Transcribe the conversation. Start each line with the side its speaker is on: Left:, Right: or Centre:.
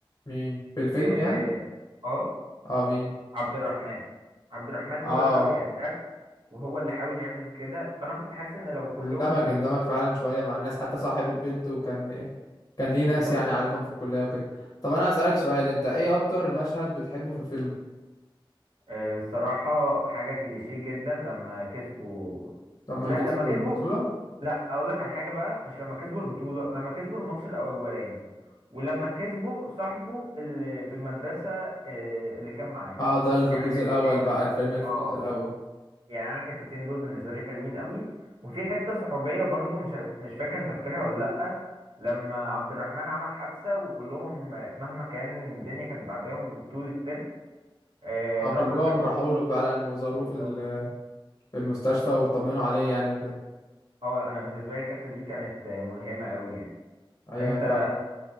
Left: مين في الفيلم
Right: آه
Left: يعني
Right: آه،
Left: اه مين
Right: عبد الرحمن عبد الرحمن
Left: اه
Right: هو اللي حاول يأدب وهو اللي حاول يعمل كده فأنا كنت حاسس إن لو كلهم
Left: اندمج اندمج فعلا شويه مع الناس حتى صاحب البنت وكان كان ليه
Right: بالظبط
Left: ناس يعني عارفهم في الكليه وكده طب انا هسألك سؤال انت ايه اكتر مشهد بتحبه في الفيلم
Right: آه، الصراحة حاجة كليشيه جدا لما كسبوا
Left: لما
Right: لا
Left: كسبوا
Right: لما كسبوا
Left: البطوله
Right: لا اقول لك على حاجة بقى مش لما كسبوا البطولة لما كسبوا الماتش الاولاني ولما كسبوا صاحبه اللي في المدرسة آه، اللي كان معاه
Left: اه ده اللي في
Right: يعني
Left: الجزء
Right: أنا الحتتين
Left: الاول بقى الفيلم اللي في
Right: اه
Left: الجزء الاول
Right: يعني انا الحتتين دول بالنسبة لي حلوين قوي وفي حتة صحوبية برضو مش عارف- مش فاكر انت فاكرها ولا لأ لما عبد الرحمن عمل حادثة وكلهم آه، مهما كان الدنيا كانت بعدهم طول الترم آه،
Left: اه
Right: راحوا
Left: كلهم
Right: شافوه
Left: راحوا له فعلا وزاروه
Right: بالظبط
Left: في ال- في المستشفى واطمنوا
Right: اه
Left: عليه يعني وكده
Right: آه، انا بالنسبه لي الحته دي كانت آه، ملهمه قوي يعني
Left: ايوه
Right: انت
Left: فعلا